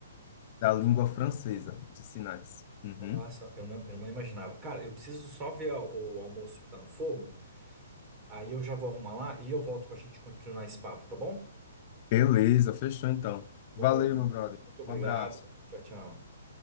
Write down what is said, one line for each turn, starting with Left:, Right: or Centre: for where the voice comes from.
Left: Da língua francesa de sinais. Uhum.
Right: Nossa, eu não, eu não imaginava. Cara, eu preciso só ver a- o almoço que tá no fogo. Aí eu já vou arrumar lá e eu volto pra gente continuar esse papo, tá bom? Tá
Left: Beleza, fechou então.
Right: Bom,
Left: Valeu, meu brother.
Right: muito obrigado.
Left: Um abraço.
Right: Tchau, tchau.